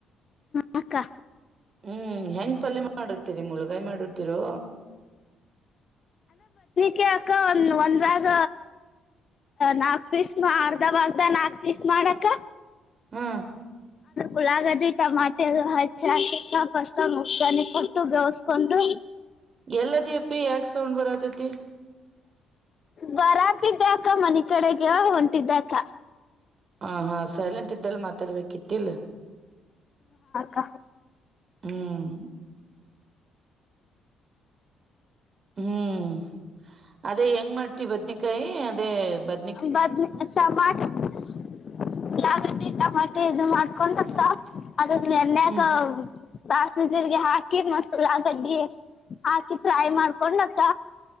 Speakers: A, on the left; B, on the right.
A: ಮ ಕ್ಕ.
B: ಹ್ಮ್ ಹೆಂಗ್ ಪಲ್ಯ ಮಾಡಿರ್ತೀರಿ ಮುಳಗಾಯ ಮಾಡಿರ್ತಿರೋ.
A: ಕೆ ಅಕ್ಕ ಒಂದ ಒಂದ್ರಾಗ ನಾಕ್ ಪೀಸ್ನ ಅರ್ಧ ಬಾಗ್ದ ನಾಕ್ ಪೀಸ್ ಮಾಡಕ್ಕ.
B: ಹ್ಮ
A: ಉಳ್ಳಾಗಡ್ಡಿ ಟಮಾಟೆ ಎಲ್ಲ ಹಚ್ಚಿ ಹಾಕಕ್ಕ ಫಸ್ಟ್ ಒ ಉಗನಿ ಕೊಟ್ಟು ಬೇವಸ್ಕೊಂಡು.
B: ಎಲ್ಲದಿ ಯಪ್ಪಿ ಯಾಕ್ ಸೌಂಡ್ ಬರಾತತಿ.
A: ಬರಾತಿದ್ದೆ ಅಕ್ಕ ಮನಿ ಕಡೆಗೆ ಹೊಂಟಿದ್ದಕ್ಕ.
B: ಹ ಹಾ ಸೈಲೆಂಟ್ ಇದ್ದಲ್ಲಿ ಮಾತಾಡ್ಬೇಕಿತ್ತಲ್.
A: ಹಾಕ್ಕ.
B: ಹ್ಮ್ ಹ್ಮ್ ಅದೇ ಹೆಂಗ್ ಮಾಡ್ತಿ ಬದ್ನಿಕಾಯಿ ಅದೇ ಬದ್
A: ಬದ್ನೇ ಟಮಾ <unintelligible> ಟಮಾಟಿ ಇದು ಮಾಡ್ಕೊಂಡು ಕ ಅದನ್ ಎಣ್ಣೇಕ
B: ಹ್ಮ್
A: ಸಾಸ್ವಿ ಜೀರ್ಗಿ ಹಾಕಿ ಮತ್ ಉಳ್ಳಾಗಡ್ಡಿ ಹಾಕಿ ಫ್ರೈ ಮಾಡ್ಕೊಂಡ್ ಮ್ಯಾಕ